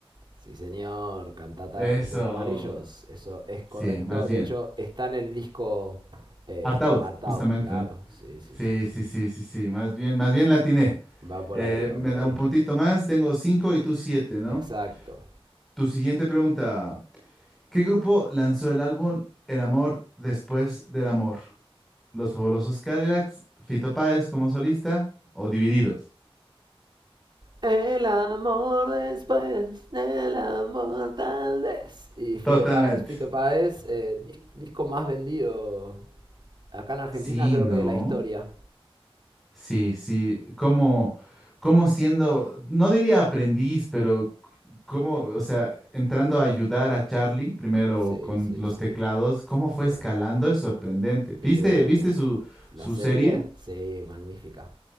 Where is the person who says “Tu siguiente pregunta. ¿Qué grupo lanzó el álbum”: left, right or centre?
Centre